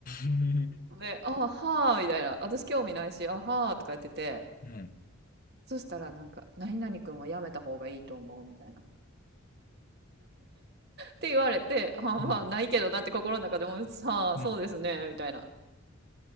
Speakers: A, on the left; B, on the right.
A: う
B: で「あはーみたいな「私興味ないしあはーとか言ってて。
A: ん。うん。
B: そしたらなんか「何々君はやめた方がいいと思う」みたいな。って言われて「あまあないけどな」って心の中でも「はあそうですね」みたいな
A: うん。うん。